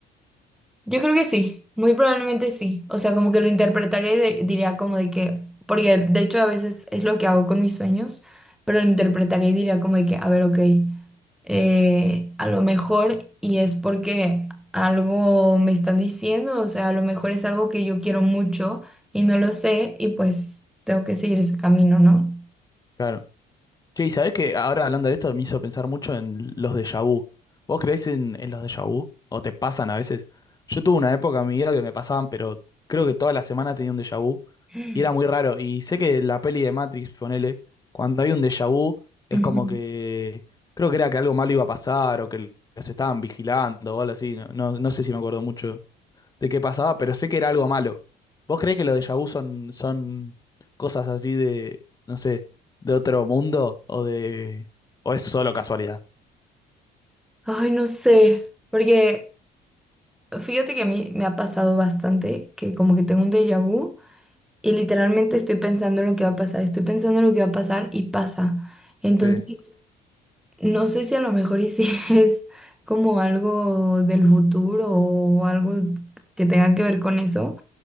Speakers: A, in the centre; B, on the left.
A: Yo creo que sí, muy probablemente sí. O sea, como que lo interpretaría y de- diría como de que, porque de hecho a veces es lo que hago con mis sueños, pero lo interpretaría y diría como de que, a ver, ok, eh, a lo mejor y es porque algo me están diciendo, o sea, a lo mejor es algo que yo quiero mucho y no lo sé y pues tengo que seguir ese camino, ¿no?
B: Claro. Che, y sabés que ahora hablando de esto me hizo pensar mucho en los déjà vu. ¿Vos creés en, en los déjà vu? ¿O te pasan a veces? Yo tuve una época en mi vida que me pasaban, pero creo que toda la semana tenía un déjà vu
A: <gasps>
B: y era muy raro. Y sé que la peli de Matrix, ponele, cuando hay un déjà vu es
A: Ujú.
B: como que creo que era que algo malo iba a pasar o que los estaban vigilando o algo así. No, no, no sé si me acuerdo mucho de qué pasaba, pero sé que era algo malo. ¿Vos creés que los déjà vu son, son cosas así de, no sé, de otro mundo o de... o es solo casualidad?
A: Ay, no sé, porque... Fíjate que a mí me ha pasado bastante, que como que tengo un déjà vu y literalmente estoy pensando en lo que va a pasar, estoy pensando en lo que va a pasar y pasa. Entonces,
B: Sí.
A: no sé si a lo mejor y si <laughs> es como algo del futuro o algo que tenga que ver con eso,